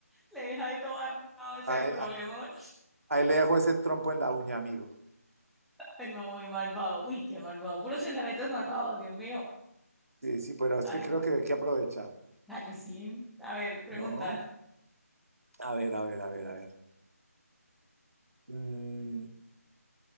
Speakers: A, in the centre; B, on the right.
A: le deja ahí todo armado ese
B: Ahí,
A: problemón.
B: a- ahí le dejo ese trompo en la uña, amigo.
A: Ay, no, muy malvado. Uy, qué malvado. Puros pensamientos malvados, Dios mío.
B: Sí, sí, pero es
A: Ay.
B: que creo que hay que aprovechar.
A: Ah, que sí. A ver, pregunta.
B: No, a ver, a ver, a ver, a ver. Mm,